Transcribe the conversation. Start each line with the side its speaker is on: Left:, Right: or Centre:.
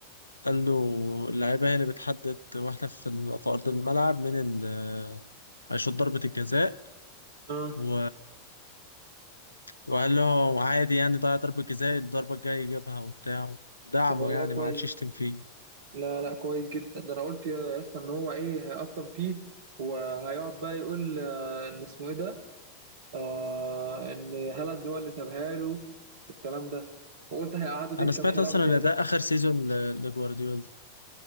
Left: قال له اللعيبة هي اللي بتحدد واحنا في ال- في أرض الملعب من ال هيشوط ضربة الجزاء
Right: اه
Left: و... وقال له عادي يعني ضيع ضربة جزاء الضربة الجاية يجيبها وبتاع دعمه
Right: طب والله
Left: يعني
Right: كويس
Left: ما عادش يشتم فيه
Right: لا لا كويس جدا ده انا قلت يا يا اسطى ان هو ايه هيقطم فيه وهيقعد بقى يقول آه، ان اسمه ايه ده آه ان هالاند هو اللي سابها له والكلام ده وقلت هيقعدوا دكه
Left: أنا سمعت
Right: مش هيلعبوا
Left: أصلا
Right: تاني
Left: إن ده آخر سيزون ل... لجوارديولا